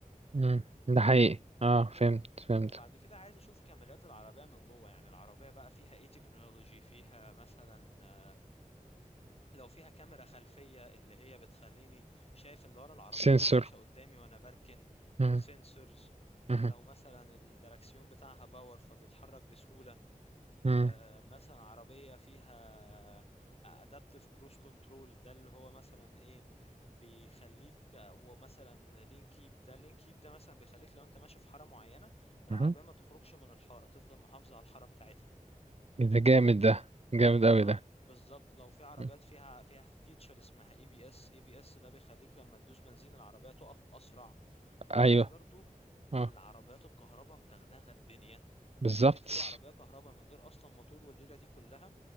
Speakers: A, on the right; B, on the left.
A: مم. ده حقيقي اه فهمت فهمت
B: وبعد كده عايز اشوف كماليات العربية من جوه يعني العربية بقى فيها ايه تكنولوجي فيها مثلا آه، لو فيها كاميرا خلفية اللي هي بتخليني شايف اللي ورا العربية
A: سنسور
B: في الشاشة قدامي وانا بركن
A: مم.
B: وسنسورز
A: مهم.
B: آه، لو مثلا الدركسيون بتاعها باور فبيتحرك بسهولة
A: مم.
B: آه، مثلا عربية فيها adaptive cruise control ده اللي هو مثلا ايه بيخليك ومثلا لين كيب ده لين كيب ده مثلا بيخليك لو انت ماشي في حارة معينة العربية
A: مهم.
B: ما تخرجش من الحارة تفضل محافظة على الحارة بتاعتها
A: إيه ده جامد ده جامد اوي
B: اه
A: ده
B: بالظبط لو في عربيات
A: مم.
B: فيها فيها فيتشر اسمها اي بي اس اي بي اس ده بيخليك لما تدوس بنزين العربية تقف اسرع دلوقتي
A: ايوه
B: برضو
A: اه
B: العربيات الكهرباء مدغدغة الدنيا
A: بالظبط
B: ممكن تجيب عربية كهرباء من غير اصلا موتور والليلة دي كلها